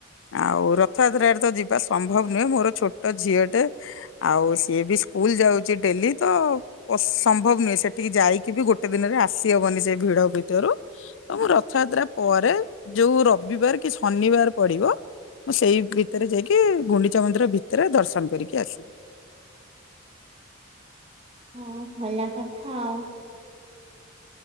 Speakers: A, on the left; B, on the right.
A: ଆଉ ରଥଯାତ୍ରରେ ତ ଯିବା ସମ୍ଭବ ନୁହେଁ ମୋର ଛୋଟ ଝିଅଟେ,, ଆଉ ସିଏ ବି ସ୍କୁଲ ଯାଉଚି ଡେଲି ତ ସମ୍ଭବ ନୁହେଁ ସେଠିକି ଯାଇକି ବି ଗୋଟେ ଦିନରେ ଆସିହବନି ସେ ଭିଡ ଭିତରୁ ତ ମୁଁ ରଥଯାତ୍ରା ପରେ ଯୋଉ ରବିବାର କି ଶନିବାର ପଡିବ ମୁଁ ସେଇ ଭିତରେ ଯାଇକି ଗୁଣ୍ଡିଚା ମନ୍ଦିର ଭିତରେ ଦର୍ଶନ କରିକି ଆସିବି।
B: ହଁ ଭଲ କଥା ଆଉ